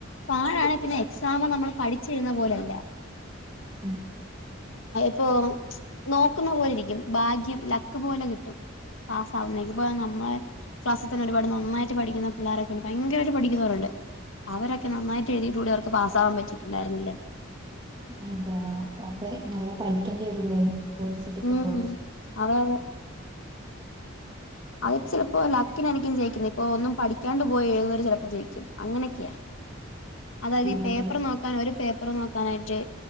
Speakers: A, on the left; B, on the right.
A: പാടാണ് പിന്നെ എക്സാം നമ്മള് പഠിച്ചെഴുന്ന പോലല്ല
B: ആ
A: പ്പൊ നോക്കുന്ന പോലെ ഇരിക്കും ഭാഗ്യം ലക്ക് പോലെ കിട്ടും പാസ് ആവുന്നെങ്കി നമ്മളെ ക്ലാസ്സി തന്നെ ഒരുപാ നന്നായിട്ട് പഠിക്കുന്ന പിള്ളോരൊക്കെണ്ട് ഭയങ്കരായിട്ട് പഠിക്കുന്നവരുണ്ട് അവരൊക്കെ നന്നായിട്ട് എഴുതിയിട്ടുണ്ടേ അവർക്ക് പാസ്സാവാൻ പറ്റിട്ടുണ്ടായിരുന്നില്ലേ
B: അതെയോ അപ്പൊ നല്ല പഠിക്കേണ്ടി വരുലേ കോഴ്സെടുക്കുമ്പോ
A: ഉം അതെ അതെ അത് ചിലപ്പോ ലക്കിനായിരിക്കും ജയിക്കുന്നെ ഇപ്പൊ ഒന്നും പഠിക്കാണ്ട് പോയി എഴുന്നവര് ചിലപ്പോ ജയിക്കും അങ്ങനെയൊക്കെയാ അതായത്
B: അതെ
A: ഈ പേപ്പർ നോക്കാൻ ഒരു പേപ്പറ് നോക്കാനായിട്ട്